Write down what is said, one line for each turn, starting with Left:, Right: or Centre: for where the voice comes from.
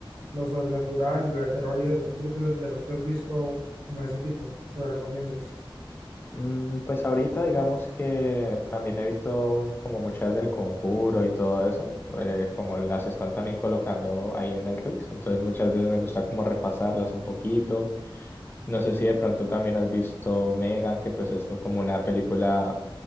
Right: lo sobrenatural y lo de terror y eso. ¿Qué películas de terror te has visto como de ese tipo que me recomiendes?
Left: Mm, pues ahorita digamos que también he visto como muchas del Conjuro y todo eso, eh, como las están también colocando ahí en Netflix, entonces muchas veces me gusta como repasarlas un poquito. No sé si de pronto también has visto Megan, que pues es como una película